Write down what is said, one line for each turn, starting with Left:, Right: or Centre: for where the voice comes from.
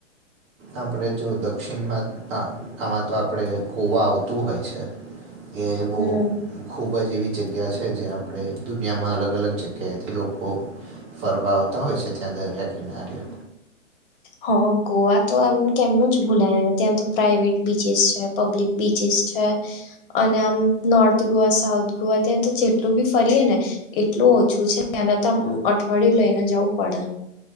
Right: આપણે જો દક્ષિણમાં આમાં તો આપણે ગોવા આવતું હોય છે એેળમું
Left: હમ
Right: ખૂબ જ એવી જગ્યા છે જે આપણે દુનિયામાં અલગ અલગ જગ્યાએથી લોકો ફરવા આવતા હોય છે ત્યાં દરિયા કિનારે
Left: હા ગોવા તો એમ કેમનું જ ભૂલાય હવે ત્યાં તો પ્રાાઈવેટ બીચસ છે પબ્લિક બીચિસ છે અને આમ નોર્થ ગોવા સાઉથ ગોવા ત્યાં તો જેટલું બી ફરીએે ને એટલું ઓછું છે એને તો અઠવાડિયું લઈને જવું પડે